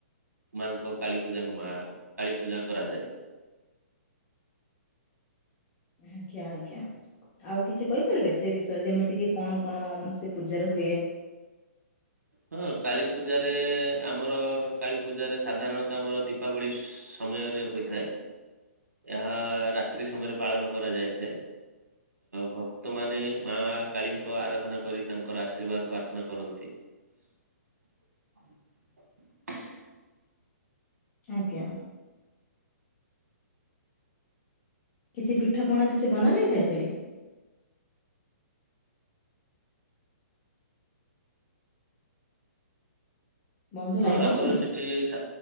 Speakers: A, on the right; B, on the left.
A: ମାଙ୍କ କାଳୀପୂଜାଙ୍କ ମା କାଳୀପୂଜା କରାଯାଏ।
B: ଆଜ୍ଞା ଆଜ୍ଞା। ଆଉ କିଛି କହିପାରିବେ ସେ ବିଷୟରେ ଯେମିତି କିି କଣ କଣ ସେ ପୂଜାରେ ହୁଏ?
A: ହଁ କାଳୀପୂଜାରେ ଆମର କାଳୀପୂଜାରେ ସାଧାରଣତଃ ଆମର ଦୀପାବଳି ଉସ୍ ସମୟରେ ହୋଇଥାଏ ଏହା ରାତ୍ରି ସମୟରେ ପାଳନ କରାଯାଇଥାଏ। ଭକ୍ତମାନେ ମା କାଳୀଙ୍କ ଆରାଧନା କରି ତାଙ୍କର ଆଶୀର୍ବାଦ ପ୍ରାର୍ଥନା କରନ୍ତି। ମା
B: ଆଜ୍ଞା। କିଛି ପିଠାପଣା କିଛି ବନା ଯାଇଥାଏ ସେଠି। ବନ୍ଧୁ
A: ହଁ
B: ଲାଇନ ରେ
A: ଆମର
B: ଅଛନ୍ତି?
A: ସେଠି ସା